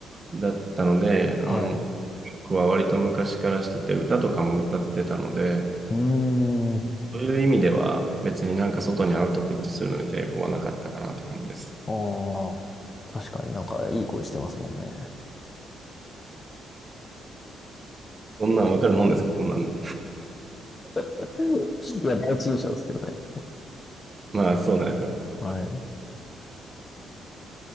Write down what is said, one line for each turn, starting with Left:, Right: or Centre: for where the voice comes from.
Right: だったので、あの、
Left: はい。
Right: 僕は割と昔からしてて、歌とかも歌ってたので、
Left: うーん、
Right: そういう意味では別になんか外にアウトプットするのに抵抗はなかったかなって感じです。
Left: ああ、確かになんかいい声してますもんね。
Right: そんなんわかるもんですかこんなんで。
Left: <laughs> いや、第一印象ですけどね。
Right: まあ、そうならよかったです。
Left: はい。